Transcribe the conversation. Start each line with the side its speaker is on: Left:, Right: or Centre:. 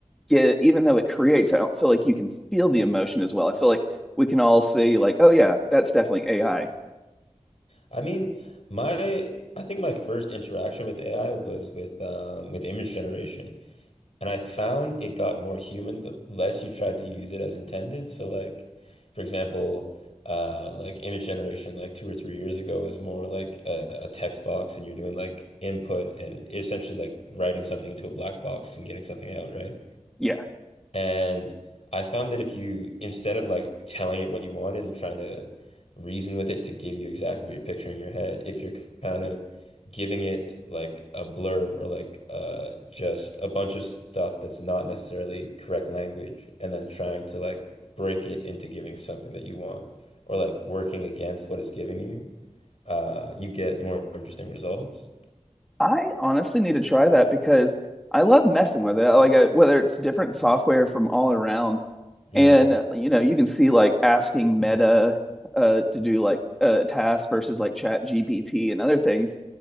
Centre: get even though it creates, I don't feel like you can feel the emotion as well. I feel like we can all see like, oh yeah, that's definitely AI.
Left: I mean, my I think my first interaction with AI was with um with image generation, and I found it got more human the less you tried to use it as intended. So like, for example, uh like image generation like two or three years ago was more like a, a text box and you're doing like input and essentially like writing something into a black box and getting something out, right?
Centre: Yeah.
Left: And I found that if you, instead of like telling it what you wanted and trying to reason with it to give you exactly what you're picturing in your head, if you're kind of giving it like a blurb or like uh, just a bunch of stuff that's not necessarily correct language, and then trying to like break it into giving something that you want or like working against what it's giving you, uh, you get more interesting results.
Centre: I honestly need to try that because I love messing with it. Like I, whether it's different software from all around
Left: hmm
Centre: And uh, you know, you can see like asking Meta uh to do like a task versus like Chat GPT and other things.